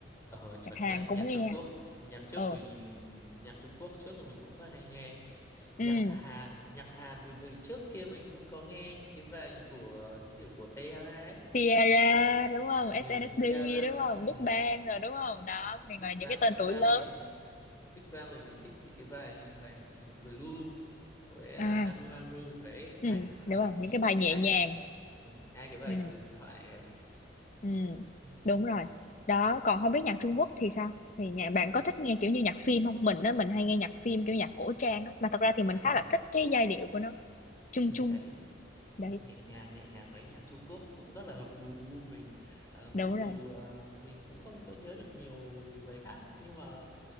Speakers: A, on the left (about 15°); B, on the left (about 40°).
A: ờ, chuẩn
B: Nhạc Hàn
A: nhá,
B: cũng
A: nhạc
B: nghe.
A: Trung Quốc. Nhạc trước
B: Ừ.
A: mình, nhạc Trung Quốc trước thì mình cũng rất hay nghe.
B: Ừ.
A: Nhạc Hàn, nhạc Hàn thì vì trước kia mình cũng có nghe những cái bài của, những kiểu của Tiara ấy.
B: Tiara
A: Đấy.
B: đúng không?
A: Ừ,
B: SNSD
A: Tiara.
B: đúng không?
A: Ừ.
B: Big Bang rồi đúng không? Đó, này
A: Big
B: gọi là những
A: Bang
B: cái tên
A: Big
B: tuổi
A: Bang
B: lớn.
A: thì Big Bang thì mình thích những cái bài bài Blue với à,
B: À,
A: Haru Haru đấy
B: ừ,
A: hai cái bài
B: đúng không?
A: ấy,
B: Những cái bài nhẹ
A: hai
B: nhàng.
A: cái bài ừ, hai cái bài
B: Ừ.
A: huyền thoại ấy
B: Ừ,
A: ừ,
B: đúng rồi. Đó, còn không biết nhạc Trung Quốc thì sao? Thì nhà bạn
A: À,
B: có thích nghe kiểu như nhạc phim không? Mình á mình hay nghe nhạc phim kiểu nhạc cổ trang á, mà thật ra thì mình
A: đấy
B: khá
A: đấy
B: là thích cái giai điệu của nó, chung
A: ừ,
B: chung.
A: đấy
B: Đấy,
A: nhẹ nhàng nhẹ nhàng đấy nhạc Trung Quốc cũng rất là hợp gu gu mình Ờ, mặc
B: đúng rồi.
A: dù à, mình cũng không có nhớ được nhiều bài hát nhưng mà